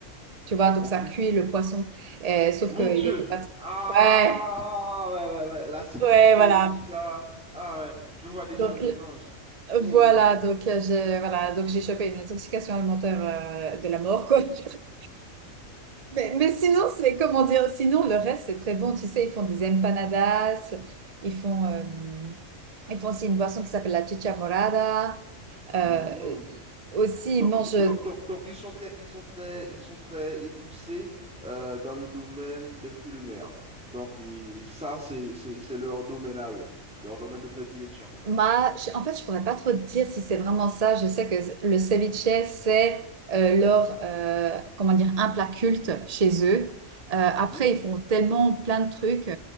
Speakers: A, on the right; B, in the centre.
A: Tu vois, donc
B: Ok.
A: ça cuit le poisson. Euh, sauf
B: Mon
A: qu'il
B: Dieu.
A: n'était pas.
B: Ah,
A: Ouais,
B: ouais, ouais, ouais. L'acidité,
A: ouais, voilà.
B: tout ça. Ah, ouais. Je vois déjà
A: Donc
B: le mélange.
A: Euh,
B: Mmh.
A: Voilà, donc euh, j'ai voilà, donc j'ai chopé une intoxication alimentaire euh, de la mort, quoi. <laughs> Mais, mais sinon, c'est comment dire, sinon le reste c'est très bon. Tu sais, ils font des empanadas, ils font, euh, ils font aussi une boisson qui s'appelle la chicha morada.
B: Mmh.
A: Euh, aussi,
B: Donc,
A: ils mangent
B: donc, donc, donc, ils sont très, ils sont très, ils sont très époussés euh, dans le domaine des fruits de mer. Donc, ils- ça, c'est, c'est, c'est leur domaine à eux, leur domaine de prédilection.
A: Bah, je- en fait, je pourrais pas trop te dire si c'est vraiment ça. Je sais que le ceviche, c'est euh, leur, euh, comment dire, un plat culte chez eux. Euh, après,
B: Mhm.
A: ils font tellement plein de trucs